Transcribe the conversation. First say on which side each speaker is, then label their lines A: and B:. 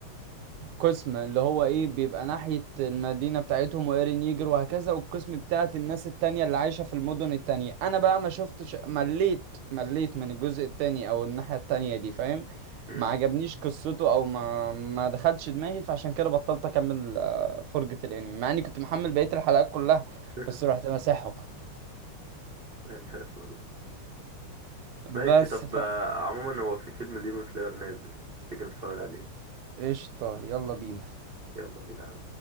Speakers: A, on the right (about 75°); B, on the right (about 50°).
A: قسم اللي هو ايه بيبقى ناحية المدينة بتاعتهم وإيرين ييجر وهكذا والقسم بتاعت الناس التانية اللي عايشة في المدن التانية انا بقى ما شفتش مليت مليت من الجزء التاني او الناحية التانية دي فاهم
B: مم.
A: ما عجبنيش قصته او ما ما دخلش دماغي فعشان كده بطلت اكمل آه، فرجة الانمي مع اني كنت محمل بقية الحلقات كلها
B: <laughs>
A: بس رحت مسحهم
B: لا إله إلا الله. ماشي
A: بس
B: طب
A: ف
B: آه، عموما هو في فيلم ديمون سلاير نازل تيجي نتفرج عليه
A: قشطة يلا بينا
B: يلا بينا